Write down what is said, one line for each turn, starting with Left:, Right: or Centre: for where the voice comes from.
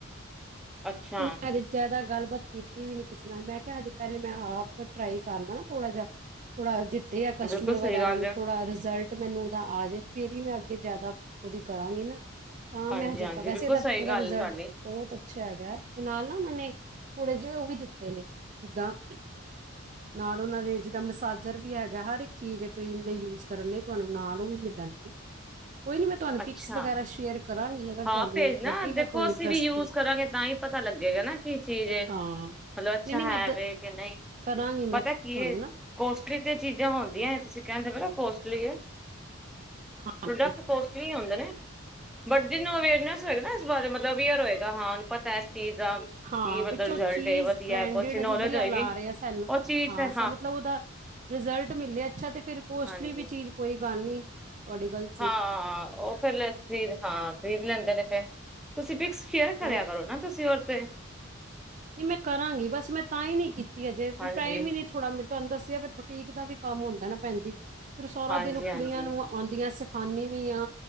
Centre: ਅੱਛਾ
Right: <unintelligible> ਜ਼ਿਆਦਾ ਗੱਲਬਾਤ ਕੀਤੀ ਵੀ ਨੀ ਕਿਸੇ ਨਾਲ, ਮੈਂ ਕਿਹਾ ਹਜੇ ਪਹਿਲੇ ਮੈਂ ਆਪ ਟਰਾਈ ਕਰ ਲਾ ਨਾ ਥੋੜਾ ਜਿਹਾ ਥੋੜਾ ਦਿੱਤੇ ਆ ਕਸੱਟਮਰ
Centre: ਬਿਲਕੁਲ
Right: ਵਗੈਰਾ
Centre: ਸਹੀ ਗੱਲ
Right: ਨੂੰ,
Centre: ਹੈ
Right: ਥੋੜਾ ਰਿਜ਼ਲਟ ਤੇ ਮੈਨੂੰ ਉਹਦਾ ਆਜੇ ਫੇਰ ਹੀ ਮੈਂ ਅੱਗੇ ਜਿਆਦਾ ਉਹਦੀ ਕਰਾਂਗੀ ਨਾ ਤਾਂ
Centre: ਹਾਂਜੀ
Right: ਮੈਂ ਹਜੇ,
Centre: ਹਾਂਜੀ
Right: ਵੈਸੇ
Centre: ਬਿਲਕੁਲ
Right: ਤਾਂ
Centre: ਸਹੀ
Right: ਉਹਦਾ
Centre: ਗੱਲ
Right: ਰਿਜ਼ਲਟ
Centre: ਹੈ ਤੁਹਾਡੀ
Right: ਬਹੁਤ ਅੱਛਾ ਹੈਗੈ ਤੇ ਨਾਲ ਨਾ ਉਹਨਾਂ ਨੇ ਥੋੜੇ ਜੇ ਉਹ ਵੀ ਦਿੱਤੇ ਨੇ ਜਿੱਦਾ ਨਾਲ ਉਹਨਾਂ ਦੇ ਜਿੱਦਾਂ ਮਸਾਜਰ ਵੀ ਹੈਗਾ ਹਰ ਇੱਕ ਚੀਜ਼ ਏ ਕਰੀਮ ਦੇ ਯੂਜ ਕਰਨ ਲਈ ਤੁਹਾਨੂੰ ਨਾਲ ਉਹ ਵੀ ਮਿਲ ਲਗਦਾ ਏ। ਕੋਈ ਨੀ ਮੈਂ ਤੁਹਾਨੂੰ
Centre: ਅੱਛਾ
Right: ਪਿਕਸ ਵਗੈਰਾ ਸ਼ੇਅਰ ਕਰਾਂਗੀ, ਅਗਰ ਤੁਹਾਨੂੰ
Centre: ਹਾਂ ਭੇਜਣਾ
Right: ਲਗੇਗਾ
Centre: ਦੇਖੋ
Right: ਕੋਈ
Centre: ਅਸੀਂ
Right: ਇੰਟਰਸਟਿੰਗ
Centre: ਵੀ ਯੂਜ ਕਰਾਂਗੇ ਤਾਂ ਹੀ ਪਤਾ ਲੱਗੇਗਾ ਨਾ ਕੀ ਚੀਜ਼ ਏ ਮਤਲਬ
Right: ਹਾਂ
Centre: ਅੱਛਾ
Right: ਨਹੀਂ ਨਹੀਂ ਮੈਂ
Centre: ਹੈ
Right: ਦ-
Centre: ਵੇ ਕੇ ਨਹੀ
Right: ਕਰਾਂਗੀ
Centre: ਪਤਾ
Right: ਮੈਂ ਤੁਹਾਨੂੰ
Centre: ਕੀ ਏ
Right: ਨਾ
Centre: ਕੋਸਟਲੀ ਤੇ ਚੀਜ਼ਾਂ ਹੁੰਦੀਐਂ ਤੁਸੀਂ ਕਹਿੰਦੇ ਪਏਓ ਨਾ ਕੋਸਟਲੀ ਏ
Right: ਹਾਂ
Centre: ਪ੍ਰੋਡਕਟ ਕੋਸਟਲੀ ਈ ਹੋੰਦੇ ਨੇ ਬਟ ਜਿਹਨੂੰ ਅਵੇਅਰਨੈਸ ਹੋਏਗਾ ਨਾ ਇਸ ਬਾਰੇ ਮਤਲਬ ਅਵੇਅਰ ਹੋਏਗਾ ਹਾਂ ਉਹਨੂੰ ਪਤਾ ਇਸ ਚੀਜ਼ ਦਾ ਕੀ
Right: ਹਾਂ
Centre: ਮਤਲਬ
Right: ਵਿੱਚੋ
Centre: ਰਿਜ਼ਲਟ
Right: ਚੀਜ਼
Centre: ਏ ਵਧੀਆ
Right: ਬ੍ਰੈਂਡਿਡ
Centre: ਕੁਛ ਨੌਲੇਜ
Right: ਅਸੀਂ ਵਧੀਆ
Centre: ਹੋਏਗੀ
Right: ਲਾ ਰਹੇ ਆਂ ਸਾਨੂੰ
Centre: ਉਹ ਚੀਜ਼
Right: ਹਾਂ
Centre: ਫਿਰ
Right: ਸਾਨੂੰ ਮਤਲਬ ਉਹਦਾ ਰਿਜ਼ਲਟ ਮਿਲਿਆ ਅੱਛਾ ਤੇ ਫਿਰ ਕੋਸਟਲੀ
Centre: ਹਾਂਜੀ
Right: ਵੀ ਚੀਜ਼ ਕੋਈ ਗੱਲ ਨੀ। ਤੁਹਾਡੀ ਗੱਲ
Centre: ਹਾਂ ਉਹ ਫੇਿਰ ਖਰੀਦ ਹਾਂ, ਖ਼ਰੀਦ ਲੈਂਦੇ ਨੇ ਫੇਿਰ, ਤੁਸੀਂ ਫਿਕਸ ਫੇਅਰ ਕਰਿਆ
Right: ਅ,
Centre: ਕਰੋ ਨਾ ਤੁਸੀਂ ਓਦੇ ਤੇ,
Right: ਨਹੀਂ ਮੈਂ ਕਰਾਂਗੀ, ਬਸ ਮੈਂ ਤਾਂ ਹੀ ਨੀ ਕੀਤੀ ਅਜ
Centre: ਹਾਂਜੀ
Right: ਪ ਟਾਈਮ ਹੀ ਨਹੀਂ, ਥੋੜਾ ਮੈ ਤੁਹਾਨੂੰ ਦੱਸਿਆ ਆ, ਫਿਰ ਬੁਟੀਕ ਦਾ ਵੀ ਕੰਮ ਹੁੰਦਾ ਨਾ ਭੈਣਜੀ, ਫਿਰ ਸਾਰਾ
Centre: ਹਾਂਜੀ
Right: ਦਿਨ
Centre: ਹਾਂਜੀ
Right: ਕੁੜੀਆਂ ਨੂੰਅ, ਆਉਂਦੀਆਂ ਸਿਖਾਦੀ ਵੀ ਆ,